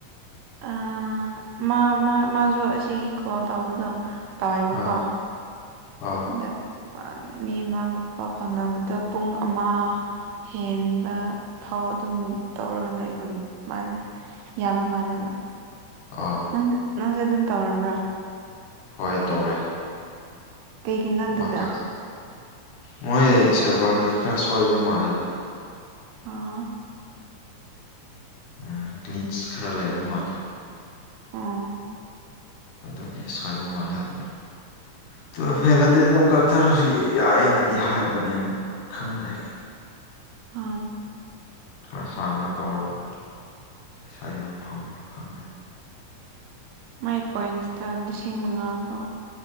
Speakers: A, on the right; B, on the left.
A: ꯑꯥ ꯃꯥ ꯃꯥ ꯃꯥꯖꯨ ꯑꯁꯤꯒꯤ ꯀꯣꯜ ꯇꯧꯕꯗꯣ ꯇꯧꯋꯦꯕꯀꯣ
B: ꯑꯥ ꯑꯥ
A: ꯗ ꯃꯤ ꯑꯃꯥꯕꯨ ꯄꯥꯎ ꯐꯥꯎꯅꯕꯗꯣ ꯄꯨꯡ ꯑꯃꯥ ꯍꯦꯟꯕ ꯐꯥꯎ ꯑꯗꯨꯝ ꯇꯧꯔꯒ ꯂꯩꯕ ꯃꯥꯂꯦ ꯌꯥꯕ ꯃꯥꯜꯂꯦꯕ
B: ꯑꯣ
A: ꯅꯪꯁ ꯅꯪꯁꯨ ꯑꯗꯨꯝ ꯇꯧꯔꯕ꯭ꯔꯥ
B: ꯍꯣꯏ ꯇꯧꯔꯦ
A: ꯀꯩꯒꯤꯅꯣ ꯑꯗꯨꯗ
B: ꯑꯃꯥꯈꯛ ꯃꯣꯏ ꯁꯔꯕ꯭ꯔꯒꯤ ꯈꯔ ꯁꯣꯏꯕ ꯃꯥꯜꯂꯦꯗ
A: ꯑꯣ
B: ꯎꯝ ꯂꯤꯠꯁ ꯈꯔ ꯂꯩꯕ ꯃꯥꯜꯂꯦ
A: ꯑꯣ
B: ꯑꯗꯨꯒꯤ ꯁꯣꯏꯕ ꯃꯥꯜꯂꯦ ꯑꯗꯨ ꯇꯨꯋꯦꯞ ꯍꯦꯜꯂꯗꯤ ꯑꯗꯨꯝ ꯀꯛꯊꯔꯁꯨ ꯌꯥꯏꯑꯦꯅꯗꯤ ꯍꯥꯏꯕꯅꯦ ꯑꯗꯨ ꯈꯪꯗꯦ
A: ꯑꯥ
B: ꯈꯔ ꯁꯥꯡꯅ ꯇꯧꯔꯗꯤ ꯄꯩꯁꯥ ꯌꯥꯝ ꯐꯪꯕ꯭ꯔꯥ ꯈꯪꯗꯦ
A: ꯃꯥꯏ ꯄꯣꯏꯟꯁꯇ ꯂꯤꯁꯤꯡ ꯃꯉꯥ ꯐꯥꯎ